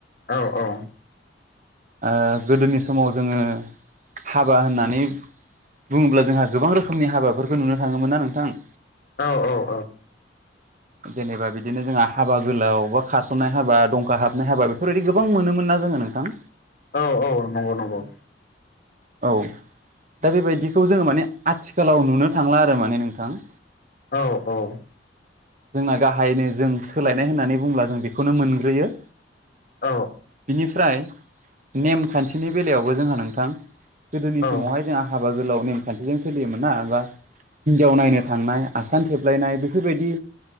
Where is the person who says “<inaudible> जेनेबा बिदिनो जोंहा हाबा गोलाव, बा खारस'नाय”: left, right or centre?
Right